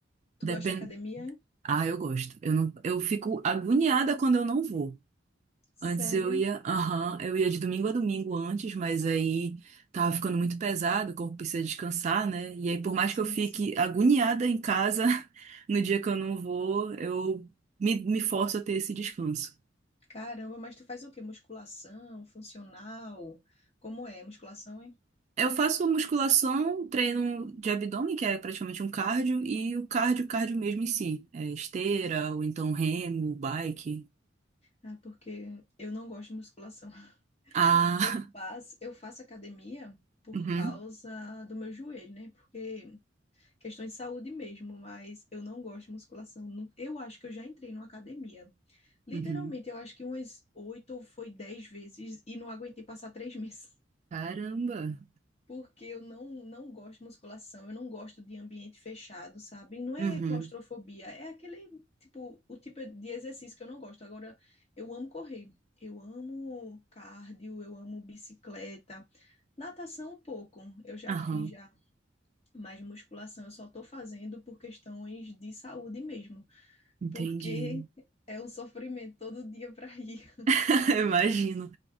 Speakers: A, on the left (about 35°); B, on the right (about 35°).
A: tu
B: depende.
A: gosta de academia? É?
B: Ah, eu gosto. Eu não... eu fico agoniada quando eu não vou.
A: Sério?
B: Antes eu ia, aham, eu ia de domingo a domingo antes, mas aí tava ficando muito pesado, o corpo precisa descansar, né? E aí, por mais
A: Sim,
B: que eu fique
A: sim.
B: agoniada em casa <laughs> no dia que eu não vou, eu me, me forço a ter esse descanso.
A: Caramba, mas tu faz o quê? Musculação, funcional? Como é? Musculação, hein?
B: Eu faço musculação, treino de abdômen, que é praticamente um cardio, e o cardio, cardio mesmo em si. É esteira, ou então remo, bike.
A: Ah, porque eu não gosto de musculação.
B: Ah,
A: Eu faço, eu faço academia
B: <laughs>
A: por
B: uhum,
A: causa do meu joelho, né? Porque questões de saúde mesmo, mas eu não gosto de musculação. Nu- Eu acho que eu já entrei numa academia. Literalmente,
B: uhum.
A: eu acho que umas oito ou foi dez vezes e não aguentei passar três <laughs> meses.
B: Caramba.
A: Porque eu não, não gosto de musculação, eu não gosto de ambiente fechado, sabe? Não é
B: Uhum,
A: claustrofobia, é aquele tipo, o tipo de exercício que eu não gosto. Agora, eu amo correr, eu amo cardio, eu amo bicicleta, natação um pouco, eu já
B: aham,
A: fiz já mas musculação eu só tô fazendo por questões de saúde mesmo,
B: entendi.
A: porque é um sofrimento todo dia para ir. <laughs>
B: <laughs> Imagino.